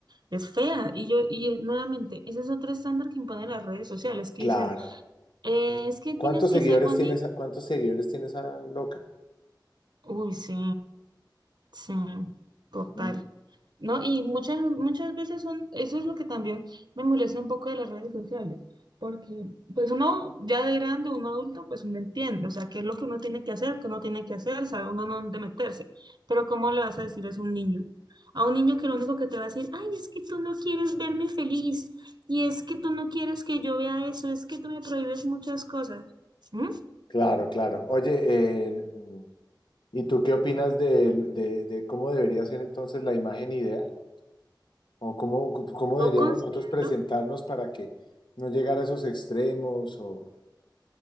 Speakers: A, on the right; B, on the left.
A: es fea. Y yo, y eh, nuevamente, ese es otro estándar que imponen las redes sociales, que
B: Claro.
A: dicen, eh, es que tienes
B: ¿Cuántos
A: que
B: seguidores
A: ser bonito.
B: tiene esa, cuántos seguidores tiene esa loca?
A: Uy, sí. Sí, total.
B: Mm,
A: ¿No? Y muchas, muchas veces son, eso es lo que también me molesta un poco de las redes sociales, porque pues uno ya de grande, uno adulto, pues uno entiende, o sea, qué es lo que uno tiene que hacer, qué uno tiene que hacer, sabe uno no dónde meterse, pero ¿cómo le vas a decir eso a un niño? A un niño que lo único que te va a decir, ay, es que tú no quieres verme feliz, y es que tú no quieres que yo vea eso, es que tú me prohíbes muchas cosas. ¿Mm?
B: Claro, claro. Oye, eh, mm, ¿y tú qué opinas de, de, de cómo debería ser entonces la imagen ideal? ¿O cómo, cómo
A: Yo
B: deberíamos
A: considero,
B: nosotros presentarnos para que no llegara a esos extremos? O...